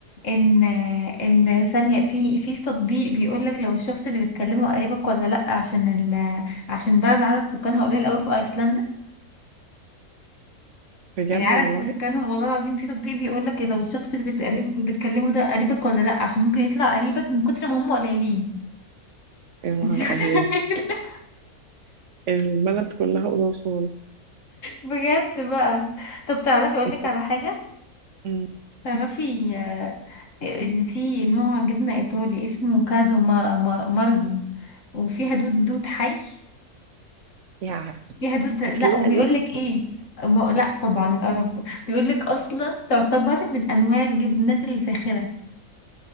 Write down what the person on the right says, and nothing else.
بجد
والله
يا نهار
أبيض
البلد كلها أوضة وصالة
انت
مم.
يا
تكلية
دي